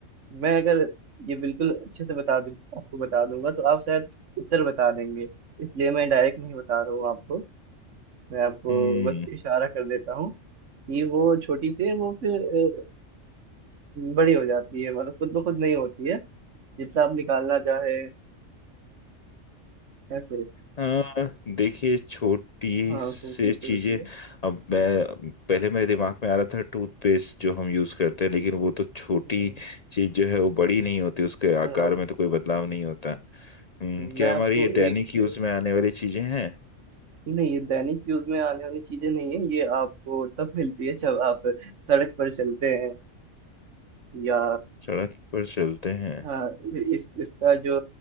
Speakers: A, on the right; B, on the left.
A: मैं अगर ये बिल्कुल अच्छे से बता दूँ आपको बता दूंगा तो आप शायद उत्तर बता देंगे इसलिए मैं डायरेक्ट नहीं बता रहा हूँ आपको मैं आपको
B: हम्म
A: बस इशारा कर देता हूँ कि वो छोटी सी है वो फिर अ, बड़ी हो जाती है मतलब खुद ब खुद नहीं होती है जितना आप निकालना चाहे ऐसे
B: हाँ देखिए छोटी
A: हाँ
B: से
A: सोचिए सोचिए
B: चीजें अब मैं पहले मेरे दिमाग में आ रहा था टूथपेस्ट जो हम यूज करते हैं लेकिन वो तो छोटी
A: हम्म,
B: चीज जो है वो बड़ी नहीं होती उसके
A: अ,
B: आकार में तो कोई बदलाव नहीं होता हम्म क्या
A: मैं
B: हमारी
A: आपको
B: ये दैनिक
A: एक
B: यूज में आने वाली चीजें हैं
A: नहीं ये दैनिक यूज में आने वाली चीजें नहीं है ये आपको तब मिलती है जब आप सड़क पर चलते हैं या
B: सड़क पर चलते हैं
A: हाँ इस इसका जो